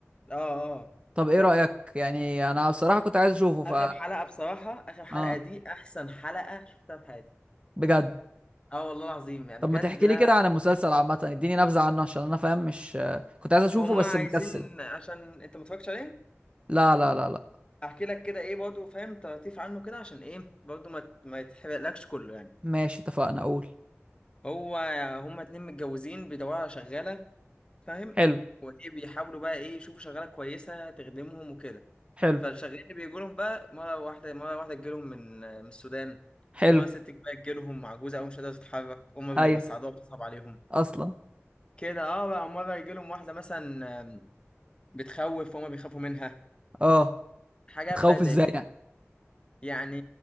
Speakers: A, on the left; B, on the right.
A: اه اه
B: طب ايه رايك يعني انا بصراحه كنت عايز اشوفه ف
A: آخر حلقة بصراحة آخر حلقة
B: اه
A: دي أحسن حلقة شفتها في حياتي
B: بجد
A: اه والله العظيم يعني
B: طب
A: بجد
B: ما تحكي
A: لا
B: لي كده عن المسلسل عامة اديني نبذة عنه عشان انا فاهم مش كنت عايز اشوفه
A: هم
B: بس
A: عايزين
B: مكسل
A: عشان انت ما اتفرجتش عليه
B: لا لا لا لا
A: احكي لك كده ايه برضه فاهم تلطيف عنه كده عشان ايه برضه ما ما يتحرقلكش كله يعني
B: ماشي اتفقنا اقول
A: هو هما اتنين متجوزين بيدوروا على شغالة فاهم
B: حلو
A: وايه بيحاولوا بقى ايه يشوفوا شغاله كويسه تخدمهم وكده
B: حلو
A: فالشغالين اللي بيجوا لهم بقى مره واحده مره واحده تجيلهم من من السودان
B: حلو
A: مره ست بقى تجيلهم عجوزه او مش قادره تتحرك هم اللي
B: ايوه
A: بيساعدوها بتصعب عليهم
B: اصلا
A: كده اه بقى مره يجيلهم واحده مثلا آم، بتخوف فهم بيخافوا منها
B: اه
A: حاجات
B: بتخوف
A: بقى
B: ازاي
A: زي كده
B: يعني
A: يعني